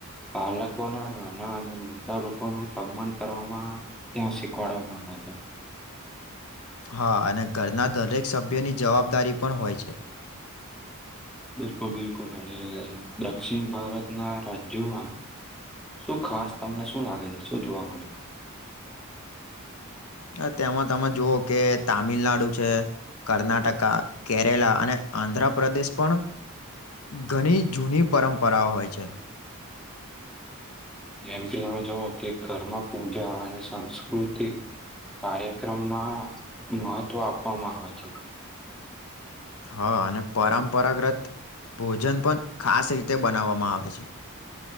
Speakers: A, in the centre; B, on the left.
A: બાલકોના નાના અને મોટા લોકો ન સંબંધ કરવામાં ત્યાં શીખવાડવામાં આવે છે,
B: હા, અને ઘરના દરેક સભ્યોની જવાબદારી પણ હોય છે.
A: બિલકુલ બિલકુલ અને દક્ષિણ ભારતના રાજ્યોમાં શું ખાસ તમને શું લાગે છે શું જોવા મળે?
B: અ તેમાં તમે જુઓ કે તામિલનાડુ છે, કર્ણાટકા કેરેલા અને આંધ્રપદેશ પણ ઘણી જૂની પરંપરાઓ હોય છે,
A: <inaudible> જેમ કે તમે જુઓ કે ઘરમાં પૂજા અને સાસ્કૃતિક કાર્યક્રમમાં મહત્વ આપવામાં આવે છે,
B: હા, અને પરંપરાગ્રત ભોજન પણ ખાસ રીતે બનાવવામાં આવે છે,